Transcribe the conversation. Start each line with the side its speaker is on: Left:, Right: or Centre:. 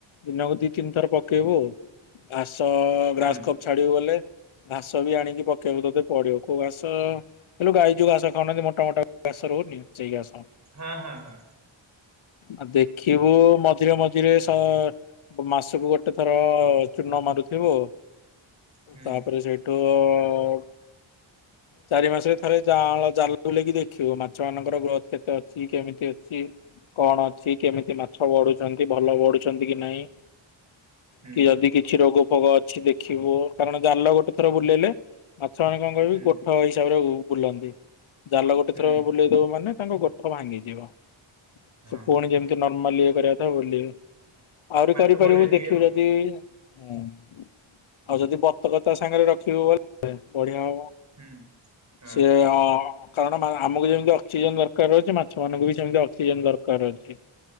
Left: ଦିନକୁ ଦି ତିନି ଥର ପକେଇବୁ। ଘାସ-ଅ-ଅ-ଅ
Right: ହୁଁ
Left: ଗ୍ରାସ୍ କପ ଛାଡିବ ବୋଲେ ଘାସ ବି ଆଣିକି ପକେଇବୁ ତତେ ପଡିବ କୋଉ ଘାସ-ଅ-ଅ ଇଲୋ ଗାଈ ଯୋ ଘାସ ଖାଉନାହାନ୍ତି ମୋଟାମୋଟା ଘାସ ରହୁନି ସେଇ ଘାସ।
Right: ହଁ ହଁ ହଁ।
Left: ଆ ଦେଖିବୁ ମଝିରେ ମଝିରେ ସ ମାସକୁ ଗୋଟେ ଥର-ଅ-ଅ-ଅ ଚୂର୍ଣ ମାରୁଥିବୁ
Right: ହୁଁ
Left: ତାପରେ ସେଇଠୁ-ଉ-ଉ-ଉ ଚାରି ମାସରେ ଥରୋ ଯାଆଁଳ ଜାଲ ବୁଲେଇକି ଦେଖିବୁ ମାଛ ମାନଙ୍କର ଗ୍ରୋଥ କେତେ ଅଛି କେମିତି ଅଛି। କଣ ଅଛି କେମିତି ମାଛ ବଢୁଛନ୍ତି ଭଲ ବଢୁଛନ୍ତି କି ନାଇଁ।
Right: ହୁଁ
Left: କି ଯଦି କିଛି ରୋଗ ଫୋଗ ଅଛି ଦେଖିବୁ କାରଣ ଜାଲ ଗୋଟେ ଥର ବୁଲେଇଲେ ମାଛ ମାନେ କଣ କହିବି
Right: ହୁଁ
Left: ଗୋଠ ହିସାବରେ ବୁ ବୁଲନ୍ତି ଜାଲ ଗୋଟେ
Right: ହୁଁ
Left: ଥର ବୁଲେଇ ଦବୁ ମାନେ ତାଙ୍କ ଗୋ ଠ ଭାଙ୍ଗିଯିବ ସେ
Right: ହଁ
Left: ପୁଣି ଯେମିତି ନର୍ମାଲି ଇଏ କରିବା କଥା ବୁଲିବେ। ଆହୁରି
Right: ମାଛ
Left: କରିପାରିବୁ
Right: ବଢିବେ ଟିକେ
Left: ଦେଖିବୁ
Right: ଆଉ
Left: ଯଦି ହୁଁ ଆଉ ଯଦି ବତକ ତା ସାଙ୍ଗରେ ରଖିବୁ <unintelligible> ବଢିଆ ହବ।
Right: ହୁଁ ହଁ
Left: ସିଏ ଆ କାରଣ ଆମକୁ ଯେମିତି ଅକ୍ସିଜେନ ଦରକାର ଅଛି ମାଛ ମାନଙ୍କୁ ବି ସେମିତି ଅକ୍ସିଜେନ ଦରକାର ଅଛି।